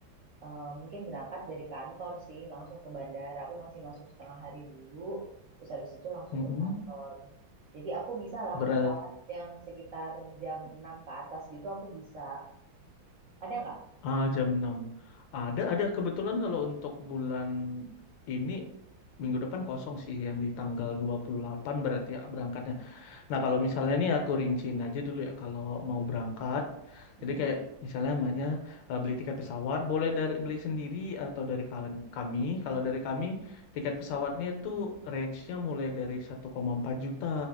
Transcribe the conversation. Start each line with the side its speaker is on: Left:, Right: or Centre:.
Right: eh, mungkin berangkat dari kantor sih, langsung ke bandara. Aku masih masuk setengah hari dulu, terus habis itu langsung
Left: Mm-mm.
Right: ke kantor. Jadi aku bisa lah
Left: berat
Right: pesawat yang sekitar jam 6 ke atas gitu aku bisa. Ada nggak?
Left: ah jam enam ada ada kebetulan kalau untuk bulan ini minggu depan kosong sih yang di tanggal dua puluh delapan berarti ya berangkatnya Nah, kalau misalnya ini aku rinciin aja dulu ya, kalau mau berangkat,
Right: Mm-mm.
Left: jadi kayak misalnya mbaknya eh, beli tiket pesawat, boleh dari beli sendiri atau dari kal- kami. Kalau dari kami, tiket pesawatnya itu range-nya mulai dari 1,4 juta.